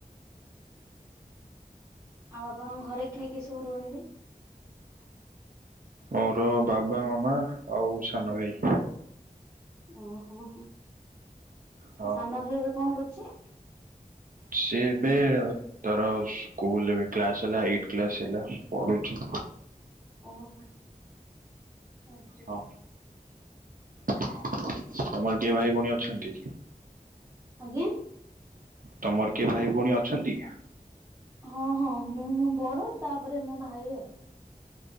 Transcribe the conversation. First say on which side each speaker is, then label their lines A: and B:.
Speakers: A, on the right; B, on the right.
A: ଆଉ ଆପଣଙ୍କ ଘରେ କିଏ-କିଏ ସବୁ ରୁହନ୍ତି?
B: ମୋର ବାବା ମାମା ଆଉ ସାନ ଭାଇ
A: ଓହୋହୋ
B: ହଁ
A: ସାନ ଭାଇ ଏବେ କଣ କରୁଚି?
B: ସିଏ ଏବେ ଅ ତାର ସ୍କୁଲ୍ ରେ ଏବେ କ୍ଲାସ୍ ହେଲା, ଏଇଟ୍ କ୍ଲାସ୍ ହେଲା ପଢ଼ୁଚି।
A: ଓହୋ ଆଜ୍ଞା
B: ହଁ ତମର କିଏ ଭାଇ, ଭଉଣୀ ଅଛନ୍ତି।
A: ଆଜ୍ଞା।
B: ତମର କିଏ ଭାଇ, ଭଉଣୀ ଅଛନ୍ତି।
A: ହଁ ହଁ ମୁଁ ବଡ ତାପରେ ମୋ ଭାଇ ଆଉ।